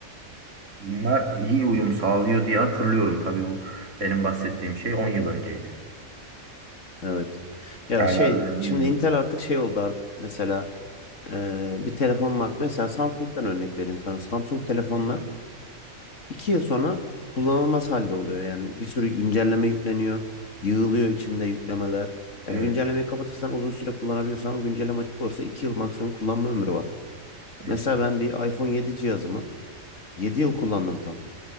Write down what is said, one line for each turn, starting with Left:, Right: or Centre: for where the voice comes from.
Right: bunlar iyi uyum sağlıyor diye hatırlıyorum. Tabii bu benim bahsettiğim şey 10 yıl önceydi.
Left: Evet. Ya
Right: Hala
Left: şey
Right: öyle bilmiyorum.
Left: şimdi Intel artık şey oldu artık mesela e, bir telefon var. Mesela Samsung'dan örnek vereyim sana. Samsung telefonlar 2 yıl sonra kullanılmaz halde oluyor. Yani bir sürü güncelleme yükleniyor. Yığılıyor içinde yüklemeler.
Right: Evet,
Left: Yani güncellemeyi kapatırsan uzun süre kullanabiliyorsan güncelleme açık olursa 2 yıl maksimum kullanma ömrü var.
Right: evet,
Left: Mesela ben bir iPhone 7 cihazımı 7 yıl kullandım tam.